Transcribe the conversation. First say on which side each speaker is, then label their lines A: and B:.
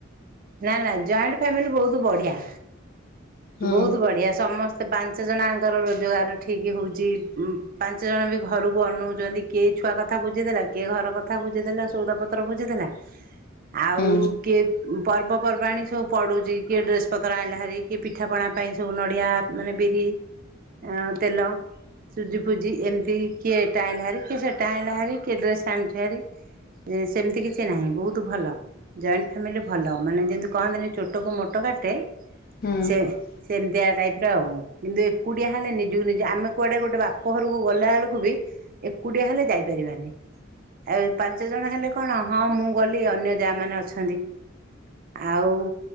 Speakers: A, on the right; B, on the left.
A: ନା ନା ଜଏଣ୍ଟ ଫ୍ୟାମିଲି ବହୁତ ବଢିଆ।
B: ହୁଁ
A: ବହୁତ ବଢିଆ ସମ ସ୍ତେ ପାଞ୍ଚ ଜଣଙ୍କର ରୋଜଗାର ଠିକ୍ ହେଉଛି। ପାଞ୍ଚ ଜଣ ବି ଘରକୁ ଅନଉଛନ୍ତି। କିଏ ଛୁଆ କଥା ବୁଝିଦେଲା, କିଏ ଘର କଥା ବୁଝିଦେଲା, ସଉଦ ପତ୍ର ବୁଝିଦେଲା ଆଉ
B: ହୁଁ
A: କିଏ ପର୍ବପର୍ବାଣୀ ସବୁ ପଡ଼ୁଛି କିଏ ଡ୍ରେସ ପତ୍ର ଆଣିଲା ଭାରି, କିଏ ପିଠାପଣା ପାଇଁ ସବୁ ନଡିଆ ମାନେ ବିରି ଆଉ ତେଲ। ସୁଜି ଫୁଜି ଏମିତି। କିଏ ଏଟା ଆଣିଲାଭାରି, ଞକିଏ ସେଟା ଆଣିଲାହାରି, କିଏ ଡ୍ରେସ୍ ଆଣିଛି ହାରି। ସେମିତି କିଛି ନାହିଁ ବହୁତ ଭଲ। ଜଏଣ୍ଟ ଫାମିଲି ଭଲ। ମାନେ ଯେମିତି କହନ୍ତିନି ଚୋଟକୁ ମୋଟ କାଟେ,
B: ହୁଁ
A: ସେ ସେମିତିଆ ଟାଇପ ର ଆଉ। କିନ୍ତୁ ଏକୁଟିଆ ହେଲେ ନିଜକୁ ନିଜେ ଆମେ କୁଆଡେ ଗୋଟେ ବାପ ଘରକୁ ଗଲା ବେଳକୁ ବି ଏକୁଟିଆ ହେଲେ ଯାଇପାରିବାନି। ଆଉ ପାଞ୍ଚ ଜଣ ହେଲେ କଣ ହଁ ମୁଁ ଗଲି ଅନ୍ୟ ଯାଆ ମାନେ ଅଛନ୍ତି। ଆଉ